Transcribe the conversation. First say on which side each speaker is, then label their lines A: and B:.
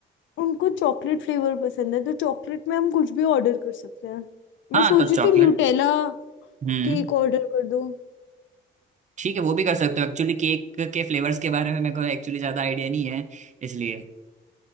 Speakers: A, on the left; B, on the right.
A: उनको चॉकलेट फ्लेवर पसंद है तो चॉकलेट में हम कुछ भी ऑर्डर कर सकते हैं मैं
B: हाँ
A: सोच
B: तो चॉकलेट
A: रही थी न्यूटेला
B: हम्म
A: केक ऑर्डर कर दूं
B: ठीक है वो भी कर सकते हो एक्चुअली केक के फ्लेवर्स के बारे में मेरे को एक्चुअली ज्यादा आइडिया नहीं है इसलिए